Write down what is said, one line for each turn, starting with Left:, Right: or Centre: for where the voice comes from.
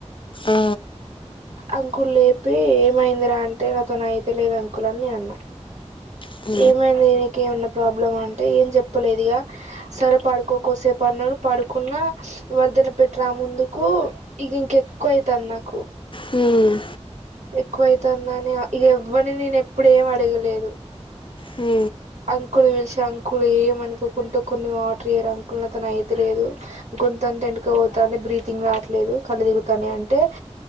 Left: ఆ
Right: అంకులు లేపి ఏమైందిరా అంటే, నాతో అయితా లేదు అంకుల్ అని అన్న
Left: కు <unintelligible>
Right: ఏమైంది నీకి ఏమైనా ప్రాబ్లం అంటే, ఏం చెప్పలేదు ఇగ సరే పడుకో కాసేపు పడుకున్నా, ఈమధ్యన పెట్ట్రా ముందుకు ఇక ఇంకెక్కువ అవుతుంది నాకు.
Left: హ్మ్
Right: ఎక్కువైతాందని ఇక ఎవ్వరిని నేను ఎప్పుడు ఏం అడగలేదు.
Left: మ్
Right: అంకుల్ని పిలిసి అంకులు ఏమనుకోకుంటే కొన్ని వాటర్ ఇవ్వరా అంకుల్ నాతోటి అయితాలేదు గొంతు గొంతు ఎండకు పోతుంది, బ్రీతింగ్ రాట్లేదు, కళ్ళు తిరుగుతాన్నాయి అంటే